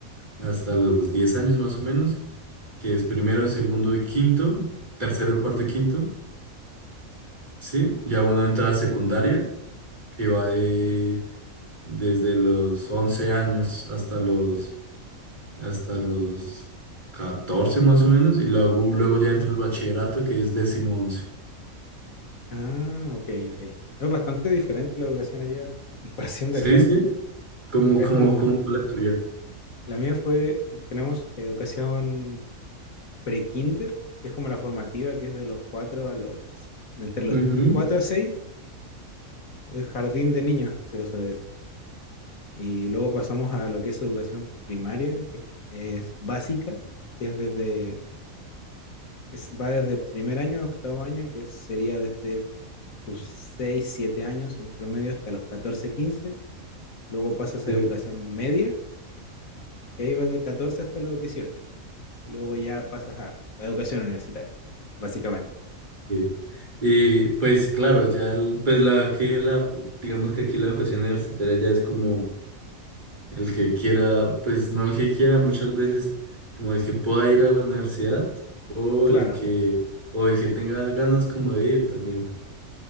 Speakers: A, on the right; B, on the left.
A: hasta los diez años más o menos, que es primero, segundo y quinto, tercero, cuarto y quinto. Sí, ya uno entra a la secundaria, que va de desde los 11 años hasta los hasta los 14 más o menos, y luego, luego ya entra el bachillerato, que es décimo once.
B: Ah, ok, ok. Es bastante diferente la educación allá a comparación
A: Sí,
B: de acá.
A: sí, como,
B: Acá
A: como,
B: es como,
A: como fue la tuya.
B: la mía fue, tenemos educación pre-kinder, que es como la formativa, que es de los 4 a los, entre los
A: Ujú,
B: 4 a seis el jardín de niños, que se lo suele decir. Y luego pasamos a lo que es educación primaria, que es básica, que es desde, es- va desde primer año a octavo año, que sería desde tus 6 7 años en promedio hasta los 14 quince Luego pasas
A: sí,
B: a educación media, que ahí va de 14 hasta los dieciocho y luego ya pasas a a educación universitaria, básicamente.
A: sí. Y pues claro, ya el- pues la que la digamos que aquí la educación universitaria ya es como El que quiera, pues no el que quiera, muchas veces como el que pueda ir a la universidad o
B: Claro,
A: el que o el que tenga ganas como de ir también.